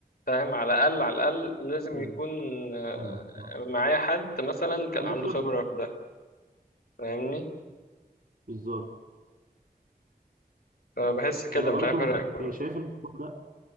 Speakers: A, on the left (about 80°); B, on the right (about 70°).
A: فاهم على الاقل على الاقل لازم
B: مم.
A: يكون آه،
B: فاهمك آه.
A: معايا حد مثلا كان
B: عندك
A: عنده
B: خبرة
A: خبره في ده فاهمني
B: بالظبط
A: فبحس كده
B: أنا برضو
A: مش عارف اراك
B: م-
A: برضه
B: شايف الموضوع ده